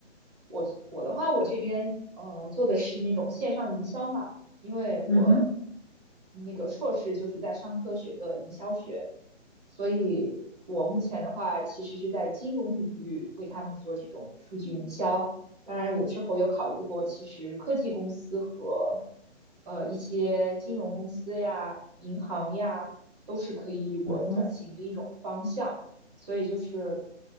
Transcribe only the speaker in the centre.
嗯哼，
嗯哼。